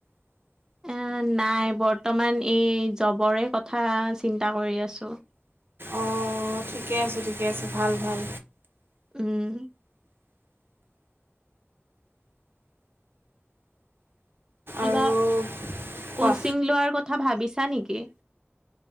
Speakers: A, on the right; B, on the right.
A: এ নাই বৰ্তমান এই জবৰে কথা চিন্তা কৰি আছো।
B: অ' ঠিকে আছে ঠিকে আছে ভাল ভাল।
A: উম কিবা
B: আৰু কোৱা
A: কচিং লোৱাৰ ক থা ভাবিছা নেকি?